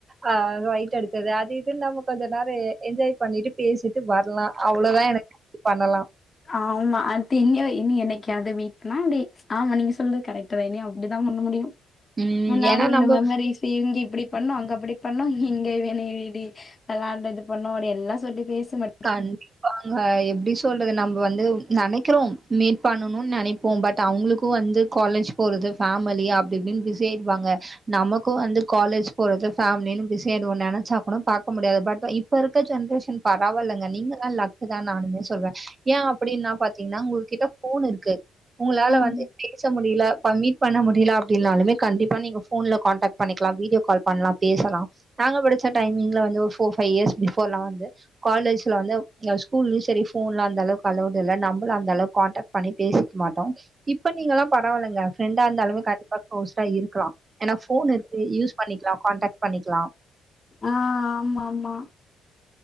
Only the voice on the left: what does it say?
ஆம்மா அட்த்து எங்கயோ இனி என்னைக்காது மீட் பண்ணா அப்டி ஆமா நீங்க சொல்றது கரெக்ட் டு இனி அப்டித்தா பண்ண முடியு
முன்னாடி
உள்ள
மெமரீஸ் ப்ப இங்க இப்டி பண்ணோ அங்க அப்டி பண்ணோ இங்க இவ என்ன இடி வெளாண்டு இது பண்ணோ அப்டி எல்லா சொல்லி பேசுங்க
ஆம்
ஆ ஆம்மாமா